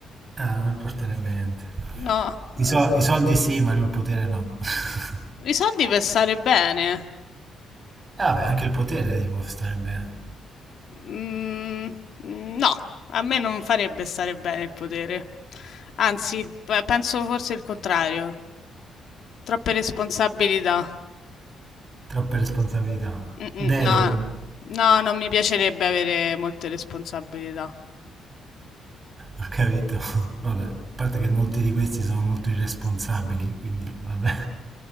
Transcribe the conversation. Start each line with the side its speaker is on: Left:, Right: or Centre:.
Right: Ah, non importerebbe niente.
Left: No,
Right: I,
Left: eh,
Right: so- I soldi sì, ma il potere no. <laughs>
Left: i soldi per stare bene.
Right: E vabbè, anche il potere ti può stare bene.
Left: Mm, mm, no, a me non farebbe stare bene il potere. Anzi, pe- penso forse il contrario. Troppe responsabilità.
Right: Troppe responsabilità.
Left: Mm,
Right: Deleghi.
Left: mm, no, no, non mi piacerebbe avere molte responsabilità.
Right: Ho capito. <laughs> Vabbè, a parte che molti di questi sono molto irresponsabili, quindi vabbè.